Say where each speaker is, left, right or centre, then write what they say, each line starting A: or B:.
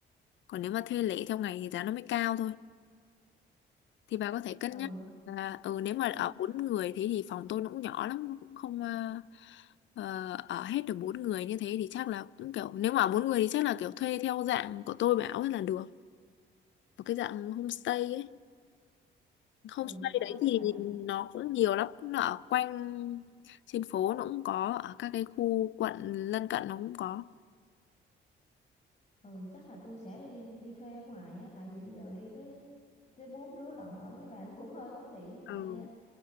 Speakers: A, on the left (about 70°); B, on the left (about 35°).
A: còn nếu mà thuê lẻ theo ngày thì giá nó mới cao thôi thì bà có thể cân
B: ừ
A: nhắc là ừ nếu mà ở
B: ừ
A: bốn người thế thì phòng tôi nó cũng nhỏ lắm nó cũng không ờ, ờ, ở hết được bốn người như thế thì chắc là cũng kiểu nếu mà ở bốn người thì chắc là kiểu thuê theo dạng của tôi bảo ấy là được một cái dạng homestay ấy homestay
B: ừ, thôi
A: đấy
B: chắc
A: thì
B: là
A: nó cũng nhiều lắm nó ở quanh trên phố nó cũng có ở các cái khu quận lân cận nó cũng có
B: ừ chắc là tôi sẽ đi, đi đi thuê ở ngoài á tại vì bây giờ đi tới tới bốn đứa lận ở với bà nó cũng hơi bất tiện với lại
A: ừ.
B: ờ,